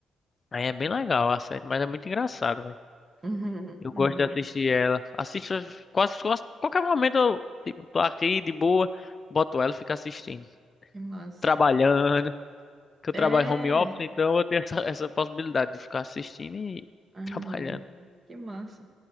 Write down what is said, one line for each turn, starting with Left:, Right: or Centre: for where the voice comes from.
Left: Aí é bem legal a série, mas é muito engraçado, velho.
Right: uhum,
Left: Eu
Right: uhum.
Left: gosto de assistir ela. Assisto quase, quase qualquer momento, eu, tipo, tô aqui de boa, boto ela e fico assistindo.
Right: Que massa.
Left: Trabalhando, que eu
Right: É,
Left: trabalho home office, então eu tenho <laughs> essa, essa possibilidade de ficar assistindo e <laughs>
Right: aham.
Left: trabalhando.
Right: Que massa.